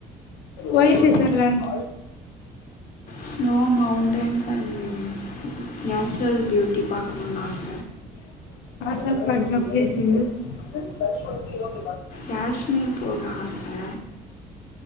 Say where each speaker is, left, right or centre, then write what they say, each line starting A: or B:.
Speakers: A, on the left (about 85°); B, on the left (about 55°).
A: why Switzerland
B: snow mountains and natural beauty பாக்கணுன்னு ஆச
A: சாபாட்ல பேசு <unintelligible> காஷ்மீர்
B: காஷ்மீர் போக ஆசை